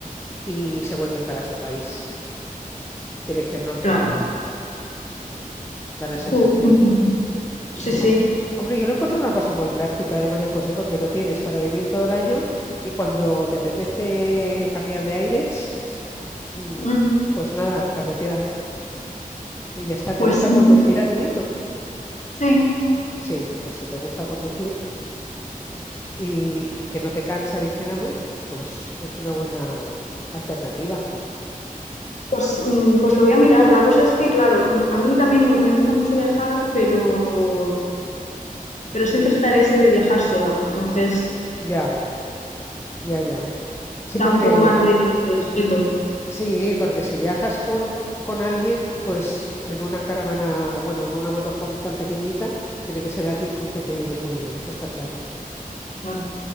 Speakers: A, on the left; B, on the left.
A: y se vuelven para su país, dirección norte,
B: claro.
A: da la sensación.
B: Pu- mm, sí, sí.
A: Oh, hombre, yo lo encuentro una cosa muy práctica, ¿eh, María José? Porque lo tienes para vivir todo el año y cuando te apetece cambiar de aires, mm,
B: Mm,
A: pues nada, carretera. Y ya está. ¿Te
B: pues
A: gusta
B: mm,
A: conducir a ti o no?
B: sí.
A: Sí, pues si te gusta conducir, y que no te cansa, dijéramos, pues es una buena alternativa.
B: Pues, mm, pues lo voy a mirar. La cosa es que, claro, mm, a mí también me, me gusta mucho viajar, pero, pero
A: Mm.
B: siempre está el ese de viajar sola. Entonces
A: Ya, ya, ya. Sí,
B: da
A: porque
B: un poco más de, de respeto.
A: sí, porque si viajas con, con alguien, pues en una caravana, bueno, en una motorhome tan pequeñita, tiene que ser alguien con quien te lleves muy bien, eso está claro.
B: Claro.